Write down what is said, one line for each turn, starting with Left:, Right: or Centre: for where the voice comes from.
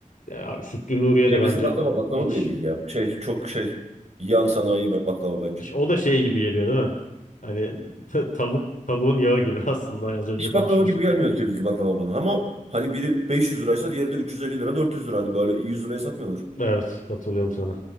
Left: Ya, sütlü Nuriye
Right: Cevizli
Left: de bence
Right: baklava baklava
Left: hiç
Right: bile değil ya. Şey çok şey yan sanayi baklava bence.
Left: Ş- O da şey gibi geliyor değil mi? Hani ta- tavuk tavuğun yağı gibi <laughs> aslında az önce
Right: Hiç
Left: konuşmuştuk.
Right: baklava gibi gelmiyor cevizli baklava bana. Ama hani biri 500 liraysa diğeri de 350 lira 400 lira. Hani böyle 100 liraya satmıyorlar.
Left: Evet katılıyorum sana.